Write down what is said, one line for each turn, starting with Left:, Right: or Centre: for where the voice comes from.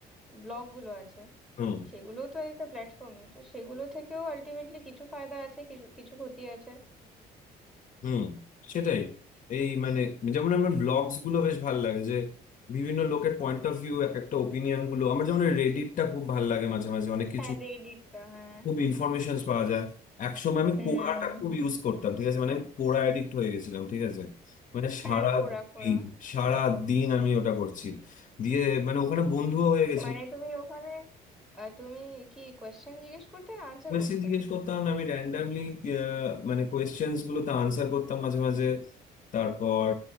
Centre: ব্লগ গুলো আছে
Left: হুম
Centre: সেগুলো তো একটা প্ল্যাটফর্মই তো সেগুলো থেকেও আলটিমেটলি কিছু ফায়দা আছে কিছু কিছু ক্ষতি আছে
Left: হুম সেটাই এই মানে যেমন আমার ব্লগস গুলো বেশ ভালো লাগে যে বিভিন্ন লোকের পয়েন্ট অফ ভিউ এক একটা ওপিনিয়ন গুলো আমার যেমন রেডিটটা খুব ভালো লাগে মাঝে মাঝে অনেক কিছু
Centre: হ্যাঁ রেডিটটা হ্যাঁ
Left: খুব ইনফরমেশন পাওয়া যায় একসময় আমি
Centre: হুম
Left: কোরাটা খুব ইউজ করতাম ঠিক আছে মানে আমি কোরা অ্যাডিক্ট হয়ে গেছিলাম ঠিক আছে মানে সারা
Centre: হ্যাঁ কোরা কোরা
Left: দিন সারা দিন আমি ওটা করছি দিয়ে মানে ওখানে বন্ধুও হয়ে গেছিল
Centre: মানে তুমি ওখানে আহ, তুমি কি কোয়েশ্চেন জিজ্ঞেস করতে না আনসার
Left: কোয়েশ্চেন
Centre: করতে
Left: জিজ্ঞেস করতাম না, আমি র্যান্ডামলি মানে কোয়েশ্চেন্স গুলো তো আনসার করতাম মাঝে মাঝে তারপর